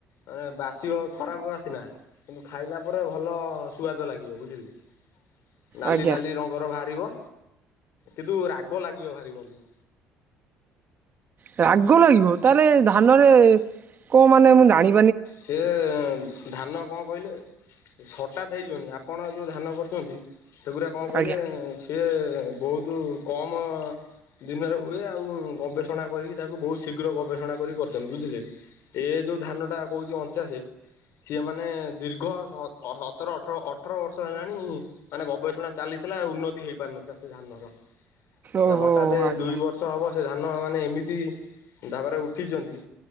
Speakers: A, on the left; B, on the right.
A: ଅ, ବାସିବ ଖରାପ ବାସ୍, ନା କିନ୍ତୁ ଖାଇଲା ପରେ ଭଲ ସୁଆଦ ଲାଗିବ ବୁଝିଲେ। ନାଲି
B: ଆଜ୍ଞା
A: ନାଲି ରଙ୍ଗର ବାହାରିବ, କିନ୍ତୁ ରାଗ ଲାଗିବ ଭାରି ବନ୍ଧୁ।
B: ରାଗ ଲାଗିବ? ତାହେଲେ ଧାନରେ କଣ ମାନେ ମୁଁ ଜାଣି
A: ସିଏ ଧାନ କଣ କହିଲେ? ଏ ସଟାତ୍ ହେଇଯିବନି ଆପଣ ଯୋଉ ଧାନ କରିଚନ୍ତି ସେଗୁରା କଣ କହିଲେ?
B: ଆଜ୍ଞା
A: ସିଏ ବହୁତୁ କମ ଦିନରେ ହୁଏ ଆଉ ଗବେଷଣା କରିକି ତାକୁ ବହୁତ ଶୀଘ୍ର ଗବେଷଣା କରି କରିଥାନ୍ତି। ବୁଝିଲେ? ଏ ଯୋଉ ଧାନ ଟା କହୁଛି ଅଣଚାଶେ ସିଏ ମାନେ ଦୀର୍ଘ ସ-ଅହ-ସତର ଅଠର ଅଠର ବର୍ଷ ହେଲାଣି ମାନେ ଗବେଷଣା ଚାଲିଥିଲା ଉନ୍ନତି ହେଇପାରିନଥିଲା ସେ ଧାନର,
B: ଓହୋ
A: ଏ ହଠାତେ
B: ଆଜ୍ଞା
A: ଦୁଇ ବର୍ ଷ ହବ ସେ ଧାନ ମାନେ ଏମିତି ଭାବରେ ଉଠିଚନ୍ତି।